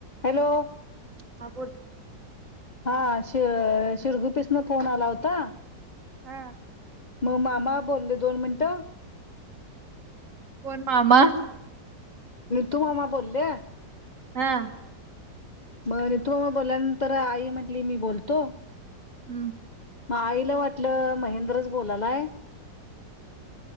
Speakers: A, on the left (about 45°); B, on the right (about 45°).
A: Hello
B: हा बोल
A: हा श शिरगुपीस न फोन आला होता
B: हा
A: मग मामा बोलले दोन मिनटं
B: कोण मामा
A: तू मामा बोलल्या
B: हा
A: मग तु बोलल्यानंतर आई म्हटली मी बोलतो
B: हम्म
A: मग आईला वाटलं महेंद्रच बोलालाय